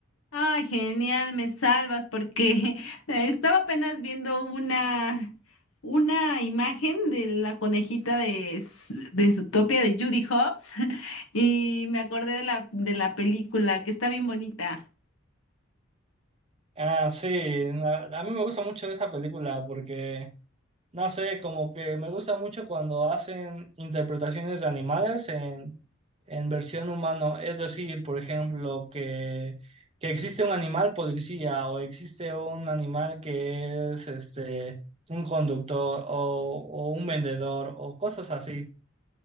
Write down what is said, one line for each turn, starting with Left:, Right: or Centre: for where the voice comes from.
Left: Ay, genial, me salvas porque <laughs> estaba apenas viendo una, una imagen de la conejita de, S- de Zootopia de Judy Hobbs <laughs> y me acordé de la, de la película que está bien bonita.
Right: Ah, sí, la- a mí me gusta mucho esa película porque... No sé, como que me gusta mucho cuando hacen interpretaciones de animales en, en versión humano. Es decir, por ejemplo, que, que existe un animal policía o existe un animal que es este un conductor o, o un vendedor o cosas así.